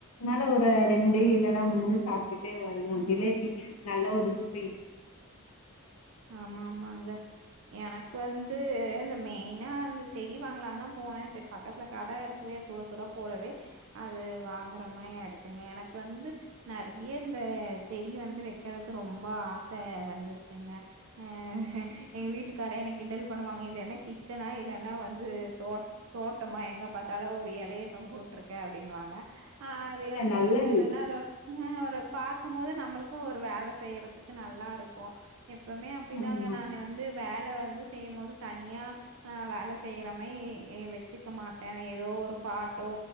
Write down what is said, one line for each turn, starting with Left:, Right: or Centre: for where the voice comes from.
Left: நல்ல ஒரு
Right: ம்.
Left: ரெண்டு இல்லன்னா மூணு சாப்ட்டுட்டு வருவோ ஜிலேபி நல்ல ஒரு ஸ்வீட்
Right: ஆமாமாங்க எனக்கு வந்து இந்த மெய்னா அந்த செடி வாங்லான்தா போனே சரி பக்கத்ல கடருக் குவே சுட சுட போடவே அது வாங்ற மாரி ஆய்டுச்சுங்க எனக்கு வந்து நெறைய இந்த செடி வந்து வைக் கறது ரொம்ப ஆச வந்துருக்குங்க ஆ எங்க வீட்டுக்காரே என்ன கிண்டல் பண்ணுவாங்க இது என்ன கிச்சனா இல்லனா வந்து தோட் தோட்டமா எங்க பாத்தாலு ஒரு எலைய தொங்கவுட் டுருக்கே அப்டின்னுவாங்க ஆ அது
Left: இல்ல
Right: எனக்கு
Left: நல்லது
Right: வந்து என்னன்னா அது ஹ ஒரு பாக்கும்போது நம்ளுக்கு ஒரு வேல செய்றதுக்கு நல்லாருக்கு எப் ப்போமே அப்டிதாங்க
Left: ஆமா
Right: நானு வந்து வேல வந்து செய்யும் போது தனியா ஆ வேல செய்றே மாயி எ வச்சுக்க மாட் டே எதோ ஒரு பாட்டோ